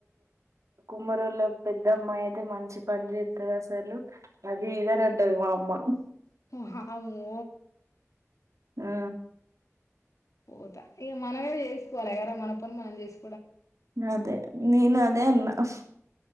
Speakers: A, on the right; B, on the left.
A: ఉమ్మరోలో పెద్ద అమ్మాయి అయితే మంచి పని చేస్తారు అసలు అది ఇదని ఉంటది మా అమ్మ
B: ఉ హా అమో
A: ఆ
B: పోతా ఇ మనమే జేస్కోవాల ఎర మన పని మనం జేస్
A: అదె నేను అ దేఅన్న అస్